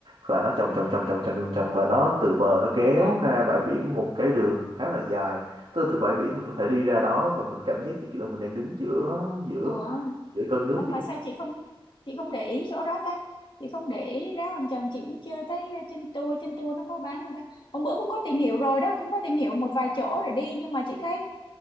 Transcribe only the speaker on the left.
à
ủa
Ờ, mà
sao chị không chị không để ý chỗ đó ta chị không để ý đó anh chồng chị cũng chưa thấy ờ, trên tour trên tour nó có bán không ta hôm bữa cũng có tìm hiểu rồi đó cũng có tìm hiểu một vài chỗ để đi nhưng mà chị thấy